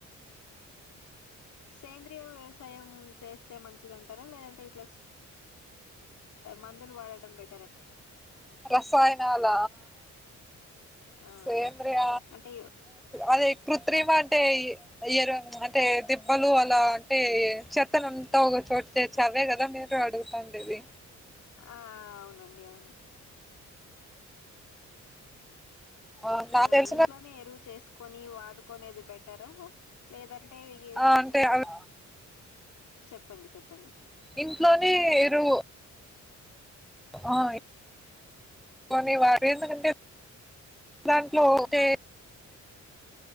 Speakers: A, on the left (about 70°); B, in the centre.
A: సేంద్రియ వ్యవసాయం చేస్తే మంచిదింటారా లేదంటే ఇట్లా మందులు వాడటం బె
B: రసాయానాల
A: ఆ
B: సేంద్రీయ
A: అంటే
B: అదే కృత్రిమ అంటే ఎరు అంటే దిబ్బలు అలా అంటే చెత్తనంతా ఒక చోటు చేర్చి అవే కదా మీరు అడుగుతుండేది
A: ఆ అవునండి అవును
B: ఆ నాకు
A: అవును
B: తెలిసినయితే
A: ఇంట్లోనే ఎరువు చేసుకొని వాడుకునేది బెటరా లేదంటే
B: ఆ అంటే
A: ఉమ్మ్
B: అవి
A: చెప్పండి చెప్పండి
B: ఇంట్లోనే ఎరువు ఆ కొని వారు ఎందుకంటే <inaudible> దాంట్లో ఒకటే